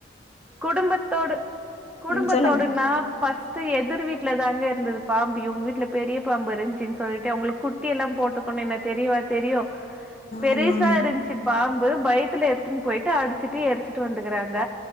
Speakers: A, in the centre; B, on the left.
A: குடும்பத்தோடு குடும்பத்தோடுனா
B: ம் சொல்லுங்க
A: ஃபஸ்ட்டு எதிர் வீட்ல தாங்க இருந்துது பாம்பு இவங்க வீட்ல பெரிய பாம்பு இருந்ச்சு சொல்ட்டு அவுங்ளுக் குட்டி எல்லா போட்டுக்கணு என்ன தெரியவா தெரியு பெருசா
B: ஆமா ஆமா
A: இருந்ச்சு பாம்பு பயத்துல எத்துனு போயிட்டு அடிச்சுட்டு எரிச்சிட்டு வந்துக்கிறாங்க